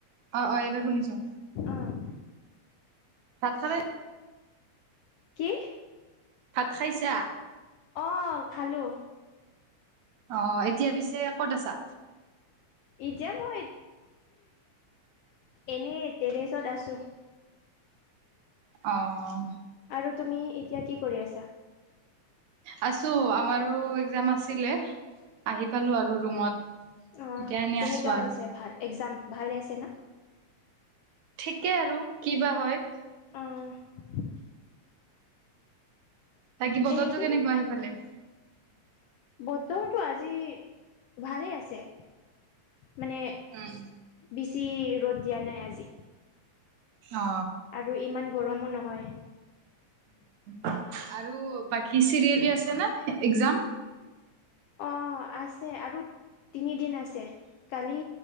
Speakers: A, on the right (about 75°); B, on the left (about 75°).
A: অ', অ', এইবাৰ শুনিছ'
B: অঁ
A: ভাত খালে
B: কি?
A: ভাত খাইচা?
B: অ', খালো।
A: অ', এতিয়া পিছে ক'ত আছা?
B: এতিয়া মই এনেই টেৰেছত আছো।
A: অ'
B: আৰু তুমি এতিয়া কি কৰি আছা?
A: আছো আমাৰো এক্জাম আছিলে, আহি পালো আৰু ৰুমত।
B: অঁ,
A: এতিয়া এনে
B: কেনেকুৱা
A: আছো আৰু
B: হৈছে ভাল একজাম ভালে আছে ন?
A: ঠিকে আৰু কি বা হয়।
B: অ'
A: তাকি বতৰতো
B: এনেকে
A: কেনেকুৱা আহি পালে।
B: বতৰটো আজি ভালেই আছে, মানে।
A: উম।
B: বেছি ৰ'দ দিয়া নাই আজি,
A: অ
B: আৰু ইমান গৰমো নহয়।
A: আৰু বাকী চিৰিয়েলি আছেনে একজাম?
B: অ', আছে আৰু তিনিদিন আছে। কালি,